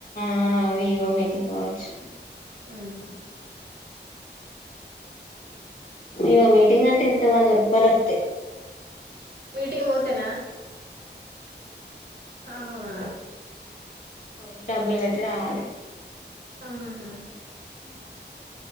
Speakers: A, on the left; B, on the right.
A: ఆ అవి ఇవో మీటింగ్ కావచ్చు
B: ఊహు
A: ఇవ మీటింగ్ అంటే ఇంత వంద రూపాయలత్తయ్
B: మీటింగ్ బోతేనా అవునా
A: పోయి డబ్బులు కట్టి రావాలి
B: ఆహా
A: ఉ